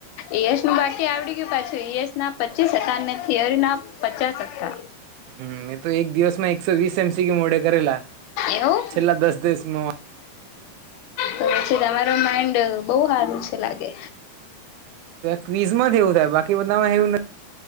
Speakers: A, on the left; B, on the right.
A: ઈ એસ નું બાકી આવડી ગયું પાછું ઈ એસ ના પચીસ હતા ને થિયરી ના પચાસ હતા.
B: હમ્મ, મેં તો એક દિવસમાં એકસો વીસ એમ સી મોડે કરેલા,
A: એવું
B: છેલ્લા દસ દિવસમાં.
A: તો પછી તમારો માઈન્ડ બહુ સારું છે લાગે.
B: ક્વીઝ માં એવું થાય બાકી બધામાં એવું નથ